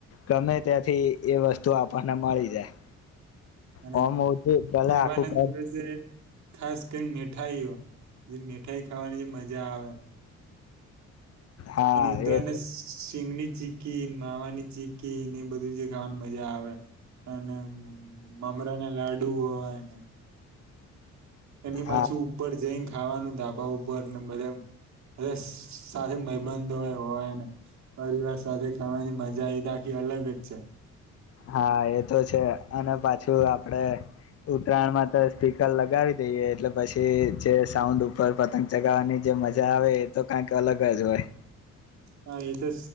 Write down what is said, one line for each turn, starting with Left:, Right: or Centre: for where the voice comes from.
Left: ગમે ત્યાંથી એ વસ્તુ આપણને મળી જાય
Right: અને
Left: કમ હઉ છેું તલે
Right: તહેવારના
Left: આખું ક
Right: દિવસે ખાસ કરીને મઠાઈઓ જે મઠાઈ ખાવાની જે મજા આવે
Left: હા
Right: અને ઉધરા
Left: એ
Right: અને સિંગની ચીકી માવાની ચીકી એ બધું જ ખાવાની મજા આવે અને મામરા ના લાડુ હોયને એની
Left: હા
Right: પાછું ઉપર જઈ ખાવાનું ધાબા ઉપર ને બધા સાથે મબંધો હોય ને પરિવાર સાથે ખાવાની મજા એ ત આખી અલગ જ છે
Left: હા એ તો છે અને પાછું આપડે ઉતરાયણમાં તો સ્પીકર લગાવી દઈએ એટલે પછી જે સાઉન્ડ ઉપર પતંગ ચગાવવાની જે મજા આવે એ તો કંક અલગ જ હોય
Right: હા એ તો